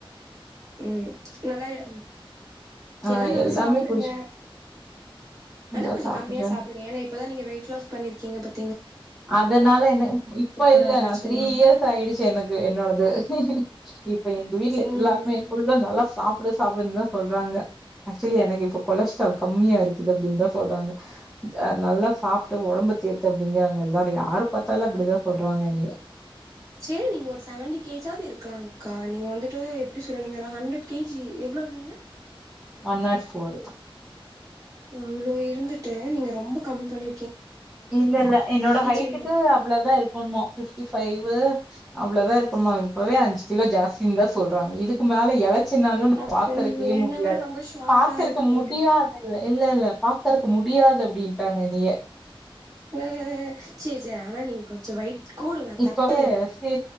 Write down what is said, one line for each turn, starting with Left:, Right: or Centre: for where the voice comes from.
Right: உம் நல்லா எ
Centre: ஆ
Right: எல்லாம் நல்லா
Centre: எல்லாமே
Right: சாப்படுங்க
Centre: குடிச்சு
Right: ஆனா
Centre: எல்லாம்
Right: கொஞ்ச
Centre: சாப்பிடுறேன்
Right: கம்மியா சாப்படுங்க ஏன்னா இப்பதான் நீங்க வெயிட் லாஸ் பண்ணிருக்கீங்க பத்
Centre: அதனால என்ன இ இப்ப
Right: கூடாதுன்னு
Centre: இல்ல நான்
Right: சொல்லுவாங்க
Centre: த்ரீ இயர்ஸ் ஆயிடுச்சு எனக்கு என்னோடது இப்ப எங்க வீட்டு்ல
Right: ம்
Centre: எல்லாருமே ஃபுல்லா நல்லா சாப்படு சாப்படுனு தான் சொல்றாங்க ஆக்சுவலி எனக்கு இப்ப கொலஸ்ட்ரால் கம்மியா இருக்குது அப்டின்னுதான் சொல்றாங்க நல்லா சாப்ட்டு ஒடம்பு தேத்து அப்டிங்கிறாங்க எல்லாரும் யாரு பாத்தாலும் அப்படிதான் சொல்றாங்க எனைய
Right: சரி நீங்க ஒரு செவன்டி கேஜாவது இருக்கலாம்க்கா நீங்க வந்துட்டு எப்படி சொல்லு நீங்க ஒரு ஹண்ட்ரட் கேஜி எவ்ளோ இருந்தீங்க
Centre: ஒன் நாட் ஃபோர்
Right: அவ்ளோ இருந்துட்டு நீங்க ரொம்ப கம்மி பண்ணி
Centre: இல்ல இல்ல என்னோட ஹைட்டுக்கு
Right: இருந்தே
Centre: அவ்ளோதான் இருக்கணும்மா பிப்ட்டி ஃபைவ் வு அவ்ளோதான் இருக்கனுமா இப்பவே அஞ்சு கிலோ ஜாஸ்தினு தான் சொல்றாங்க இதுக்கு மேல எலச் சின்னாலும் நா
Right: அப்ப
Centre: பாக்கறக்கே
Right: நீங்க என்ன
Centre: முடியாது
Right: விட ரொம்ப ஷார்ட்டா
Centre: பாக்கறக்க
Right: இருப்பீங்க
Centre: முடியாதல்ல இல்ல இல்ல பாக்கறக்க முடியாது அப்டின்ட்டாங்க எந்நீய
Right: அசரி சரி ஆனா நீங்க கொஞ்சம் வைட் கூடுங்க
Centre: இப்பவே
Right: தப்பில்ல
Centre: சி